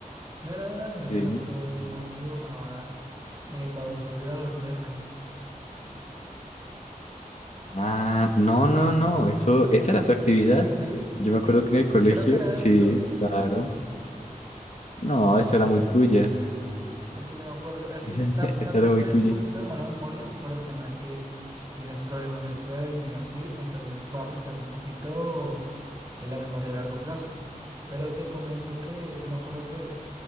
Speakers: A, on the right (about 25°); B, on the left (about 55°).
A: No era de un anime,
B: Y
A: pero
B: dime,
A: tú dibujabas eh, babosas de bajo tierra.
B: Ah, no, no, no, eso, esa era tu actividad.
A: Sí,
B: Yo me acuerdo
A: eh,
B: que en el colegio,
A: creo que era
B: sí,
A: de los dos.
B: claro. No, esa era muy tuya,
A: Porque yo me acuerdo, es que
B: <laughs>
A: tal,
B: esa
A: tal vez
B: era
A: tú
B: muy
A: tienes
B: tuya.
A: un poquito de mala memoria por el tema de que tienes problemas del sueño y así, entonces eso puede afectar un poquito en la memoria a largo plazo. Pero te comento que yo me acuerdo que